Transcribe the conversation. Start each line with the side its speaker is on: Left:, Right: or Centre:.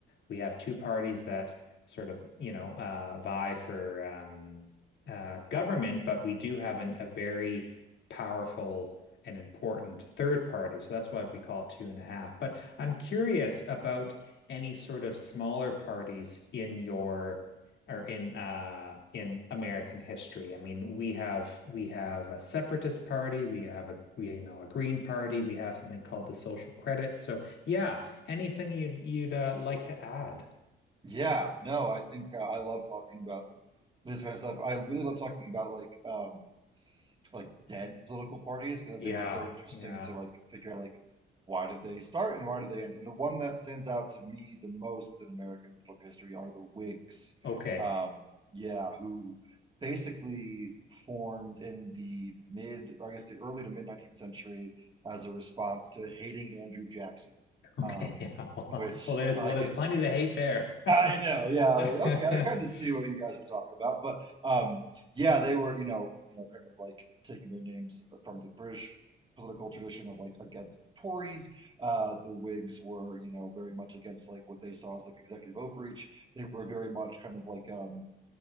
Left: we have two parties that sort of, you know, uh, vie for um, uh, government, but we do have an, a very powerful and important third party. So that's why we call it two and a half. But I'm curious about any sort of smaller parties in your or in uh in American history. I mean, we have we have a separatist party, we have a we you know a Green Party, we have something called the Social Credit. So yeah, Anything you'd you'd uh, like to add?
Right: Yeah, no, I think uh, I love talking about this kind of stuff. I really love talking about like um like dead political parties because
Left: Yeah.
Right: I think it's so interesting
Left: Yeah.
Right: to like figure out like why did they start and why did they end. And the one that stands out to me the most within American political history are the Whigs.
Left: Okay.
Right: Um,
Left: <laughs>
Right: yeah, who basically formed in the mid, or I guess the early to mid 19th century as a response to hating Andrew Jackson.
Left: Okay.
Right: Um,
Left: Yeah. Well,
Right: which
Left: well, there's
Right: I
Left: well,
Right: can
Left: there's plenty to hate there. <laughs>
Right: I know. Yeah. I was like, okay, I kind of see what you guys were talking about, but um, yeah, they were, you know, you know, kind of like taking their names from the British political tradition of like against the Tories. Uh, the Whigs were, you know, very much against like what they saw as like executive overreach. They were very much kind of like um,